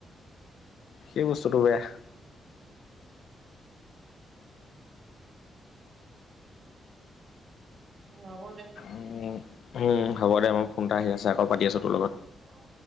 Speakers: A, on the left; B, on the right.
A: সেই বস্তুটো বেয়া।
B: উম হব দে।
A: উ উম হ'ব দে মোৰ ফোন এটা আহি আছে আকৌ পাতি আছো তোৰ লগত।
B: অ'